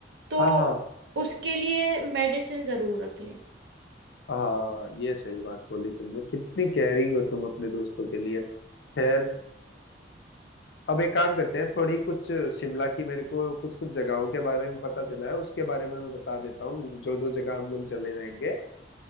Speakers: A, on the right; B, on the left.
A: तो
B: हाँ हाँ
A: उसके लिए मेडिसिन जरूर रख लें
B: हाँ ये सही बात बोली तुमने कितनी केयरिंग हो तुम अपने दोस्तों के लिए खैर अब एक काम करते हैं थोड़ी कुछ शिमला की मेरे को कुछ कुछ जगहों के बारे में पता चला है उसके बारे में मैं बता देता हूँ जो जो जगह हम लोग चले जाएंगे आ,